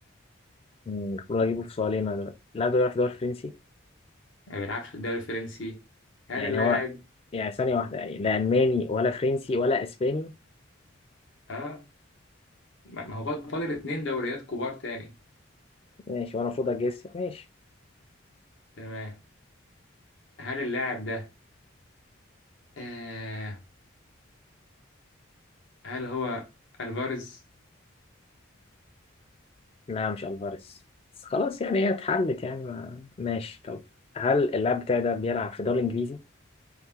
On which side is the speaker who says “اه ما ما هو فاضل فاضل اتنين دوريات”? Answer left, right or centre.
Left